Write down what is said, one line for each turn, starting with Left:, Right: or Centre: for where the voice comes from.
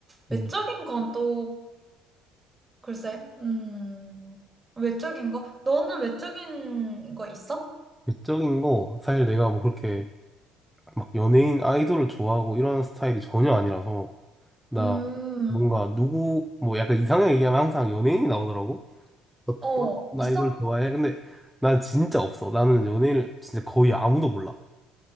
Right: 외적인
Centre: 음.
Right: 건또 글쎄, 음, 외적인 거? 너는 외적인 거 있어?
Centre: 외적인 거, 사실 내가 뭐 그렇게 막 연예인 아이돌을 좋아하고 이런 스타일이 전혀 아니라서, 나
Right: 음,
Centre: 뭔가 누구, 뭐 약간 이상형 얘기하면 항상 연예인이 나오더라고. 어떤
Right: 어, 있어?
Centre: 아이돌 좋아해? 근데 난 진짜 없어. 나는 연예인을 진짜 거의 아무도 몰라.